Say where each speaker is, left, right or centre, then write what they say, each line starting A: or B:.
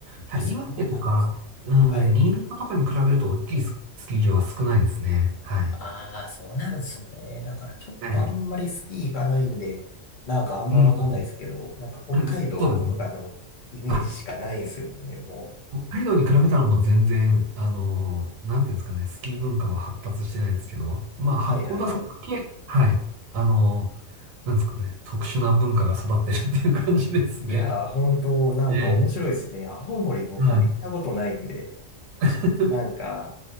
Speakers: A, on the right; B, on the left.
A: ただ、
B: あ、そうなんです。
A: 岩手とか、うん、
B: はい。
A: 新潟とかに比べると大きいス、スキー場は少ないですね。はい。
B: ああ、そうなんですね。だからちょっとあんまりスキー行かないんで、
A: はい。
B: なんかあんまわかんないですけど、
A: うん。
B: なんか北海道とかのイメージしかないんですよね、
A: <laughs> そうですね。あ、
B: もう。
A: 北海道に比べたらもう全然、あのーなんていうんですかね、スキー文化は発達してないですけど、まあ、八甲田山だけ、
B: はいはいはい。
A: はい。あのーなんですかね、特殊な文化が育ってるっていう感じですね。
B: いやー、本当なんか面白いですね。
A: ええ。
B: 青森僕行ったことないんで、
A: はい。<laughs>
B: ちょっとなんか、